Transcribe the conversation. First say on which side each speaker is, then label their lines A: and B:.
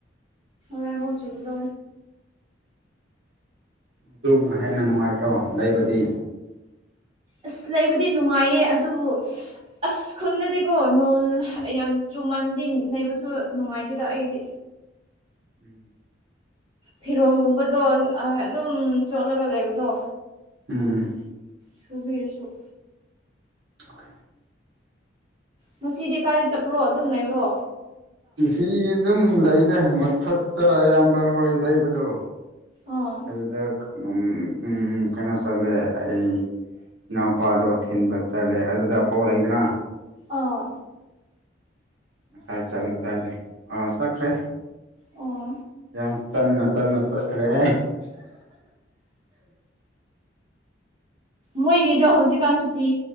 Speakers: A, on the right; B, on the right.
A: ꯔꯃꯣꯆꯨꯒꯗ
B: ꯑꯗꯨꯅ ꯍꯦꯟꯅ ꯅꯨꯡꯉꯥꯏꯇ꯭ꯔꯣ ꯂꯩꯕꯗꯤ
A: ꯑꯁ ꯂꯩꯕꯨꯗꯤ ꯅꯨꯡꯉꯥꯏꯌꯦ ꯑꯗꯨꯕꯨ ꯑꯁ ꯈꯨꯟꯗꯗꯤꯀꯣ ꯅꯣꯡꯜ ꯌꯥꯝ ꯆꯨꯝ ꯃꯜꯗꯤ ꯂꯩꯕꯁꯨ ꯅꯨꯡꯉꯥꯏꯇꯦꯗ ꯑꯩꯒꯤꯗꯤ
B: ꯎꯝ
A: ꯐꯤꯔꯣꯟꯜꯒꯨꯝꯕꯗꯣ ꯑꯗꯨꯝ ꯆꯣꯠꯂꯒ ꯂꯩꯕꯗꯣ
B: ꯎꯝ
A: ꯁꯕꯤ ꯑꯁꯨꯛ
B: ꯑ
A: ꯉꯁꯤꯗꯤ ꯀꯥꯏꯗ ꯆꯠꯄ꯭ꯔꯣ ꯑꯗꯨꯝ ꯂꯩꯔꯣ
B: ꯁꯤ ꯑꯗꯨꯝ ꯂꯩꯔꯦ ꯃꯨꯐꯨꯠꯇ ꯑꯌꯥꯝꯕ ꯍꯣꯏ ꯂꯩꯕꯗꯣ
A: ꯑꯥ
B: ꯑꯗꯨꯗ ꯎ ꯎ ꯀꯩꯅꯣ ꯆꯂꯦ ꯑꯩ ꯏꯅꯥꯎꯄꯥꯗꯣ ꯊꯤꯟꯕ ꯆꯠꯂꯦ ꯑꯗꯨꯗ ꯑ ꯄꯥꯎ ꯂꯩꯗꯅ
A: ꯑꯥ
B: ꯉꯁꯥꯏ ꯆꯠꯂꯝꯗꯥꯏꯗ ꯑꯥ ꯆꯠꯈ꯭ꯔꯦ
A: ꯑꯣ
B: ꯌꯥꯝ ꯇꯟꯅ ꯇꯟꯅ ꯆꯠꯈ꯭ꯔꯦ
A: ꯃꯣꯏꯒꯤꯗꯣ ꯍꯧꯖꯤꯛꯀꯥꯟ ꯁꯨꯇꯤ